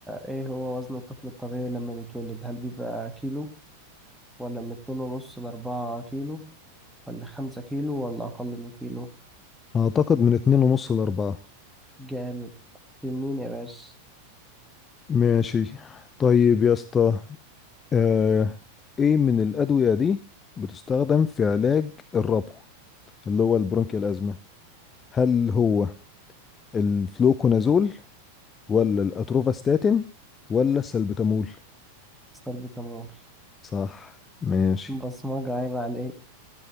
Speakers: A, in the centre; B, on the left.
A: ايه هو وزن الطفل الطبيعي لما بيتولد هل بيبقى كيلو ولا من اتنين ونص لأربعة كيلو ولا خمسة كيلو ولا أقل من كيلو
B: أعتقد من اتنين ونص لأربعة
A: جامد تنين يا باشا
B: ماشي طيب يا اسطى آه، ايه من الأدوية دي بتستخدم في علاج الربو اللي هو البرونكيال أزمة هل هو الفلوكونازول ولا الأتروفاستاتين ولا السلبتامول
A: استر بتمور
B: صح ماشي
A: بصمجة عيب عليك